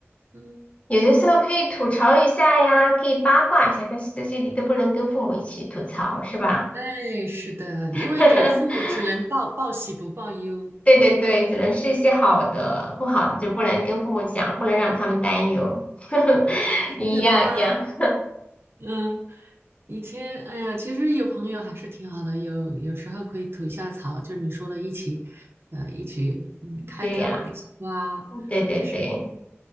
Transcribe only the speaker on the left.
有的时候可以吐槽一下呀，可以八卦一下，但是这些你都不能跟父母一起吐槽，是吧？
<laughs>
对对对，只能是一些好的，不好的就不能跟父母讲，不能让他们担忧。<laughs>
一样一样，
对呀，对对对